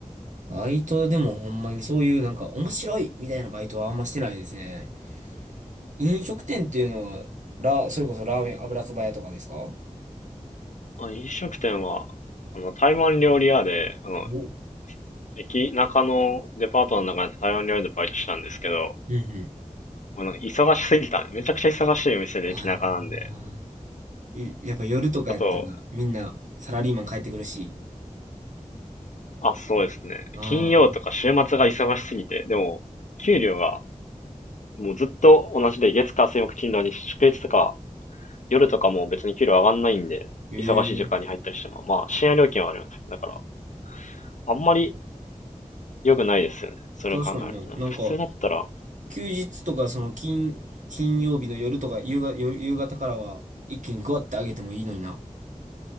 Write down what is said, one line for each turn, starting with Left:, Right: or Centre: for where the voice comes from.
Right: バイトでもほんまにそういうなんか面白いみたいなバイトはあんましてないですね。飲食店っていうのは、ラ、それこそラーメン、油そば屋とかですか
Left: あ。あ飲食店は、あの、台湾料理屋で、あの、
Right: お、うん
Left: 駅中のデパートの中で台湾料理でバイトしたんですけど、
Right: うん。
Left: あの忙しすぎたね。めちゃくちゃ忙しいお店で駅中なんで。
Right: ああいやっぱ夜とかやったらみんなサラリーマン帰ってくるし。
Left: あと、あ、そうですね。
Right: ああ、
Left: 金曜とか週末が忙しすぎて、でも、給料がもうずっと同じで、月火水木金土に祝日とか、夜とかも別に給料上がんないんで、
Right: ええ、
Left: 忙しい時間に入ったりしても、まあ、深夜料金はあります。だから、あんまり良くないですよね。それを考えると。
Right: 確かにな。なんか、
Left: なんか普通だったら、
Right: 休日とかその金、金曜日の夜とか夕が、夜夕方からは一気にグワってあげてもいいのにな。